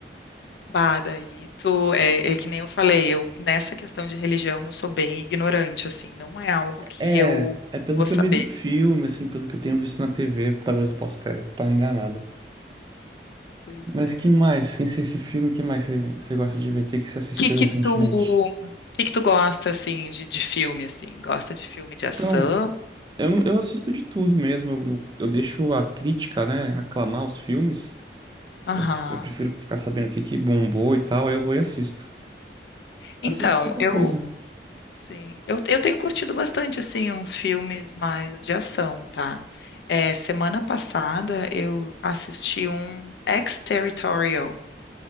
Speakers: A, on the left; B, on the right.
A: Bah, daí tu, é, é que nem eu falei, eu, nessa questão de religião, eu sou bem ignorante, assim, não é algo que
B: É,
A: eu
B: é pelo
A: vou
B: que
A: saber.
B: eu vi do filme, assim, pelo que eu tenho visto na TV, talvez eu possa estar enganado.
A: Pois
B: Mas
A: é.
B: que mais, sem ser esse filme, que mais você você gosta de ver? O que que você assistiu
A: que que
B: recentemente?
A: tu, que que tu gosta, assim, de, de filme, assim? Gosta de filme de ação?
B: Então, eu, eu assisto de tudo mesmo. Eu, eu, eu deixo a crítica, né, aclamar os filmes.
A: Aham.
B: Eu, eu prefiro ficar sabendo o que que bombou e tal, aí eu vou e assisto.
A: Então,
B: Assisto pouca
A: eu,
B: coisa.
A: sim, eu, eu tenho curtido bastante, assim, uns filmes mais de ação, tá? É, semana passada eu assisti um Ex-Territorial